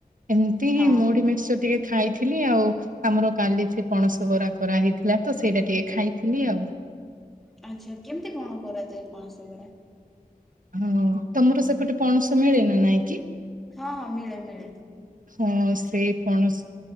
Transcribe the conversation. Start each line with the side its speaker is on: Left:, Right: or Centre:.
Right: ଏମତି
Centre: ହଁ
Right: ହିଁ ମୁଡି ମିକ୍ସଚର ଟିକେ ଖାଇଥିଲି ଆଉ। ଆମର କାଲି ସେ ପଣସ ବରା କରାହଇଥିଲା ତ, ସେଇଟା ଟିକେ ଖାଇଥିଲି ଆଉ।
Centre: ଆଚ୍ଛା। କେମିତି କଣ କରାଯାଏ ପଣସବରା?
Right: ହଁ ତମର ସେପଟେ ପଣସ ମିଳେ ନା ନାଇଁ କିି?
Centre: ହଁ ହଁ ମିଳେ ମିଳେ।
Right: ହଁ ସେଇ ପଣସ,